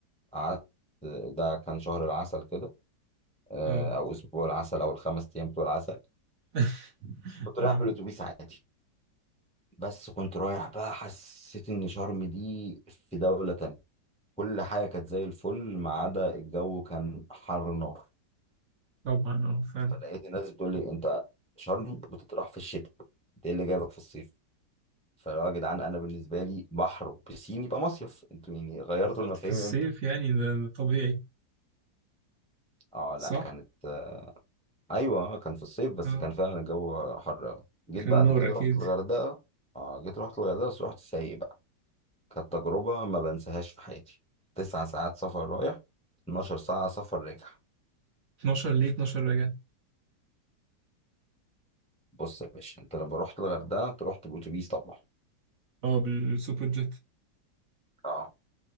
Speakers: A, in the centre; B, on the right.
A: قعدت آه، ده كان شهر العسل كده آه
B: اه
A: او اسبوع العسل او الخمس ايام بتوع العسل
B: <laughs>
A: كنت
B: اه
A: رايح بالاتوبيس عادي بس كنت رايح بقى حسيت ان شرم دي في دولة تانية كل حاجة كانت زي الفل ما عدا الجو كان حر نار
B: طبعا اه فعلا
A: فلقيت الناس بتقول لي انت شرم بتطرح في الشتاء انت ايه اللي جايبك في الصيف فيا جدعان انا بالنسبه لي بحر وبسين يبقى مصيف انتوا يعني غيرتوا
B: بالظبط
A: المفاهيم
B: في الصيف
A: امتى
B: يعني ده ده طبيعي
A: اه لا
B: صح
A: كانت آه، ايوه كان في الصيف بس
B: اه
A: كان فعلا الجو حر قوي جيت بعد
B: كان نور
A: كده
B: اكيد
A: رحت الغردقه اه جيت رحت الغردقه بس رحت سايق بقى كانت تجربه ما بنساهاش في حياتي تسع ساعات سفر رايح 12 ساعه سفر راجع
B: 12 ليه 12 رجع
A: بص يا باشا انت لما رحت الغردقه انت رحت بالاتوبيس طبعا
B: اه بالسوبر جيت
A: اه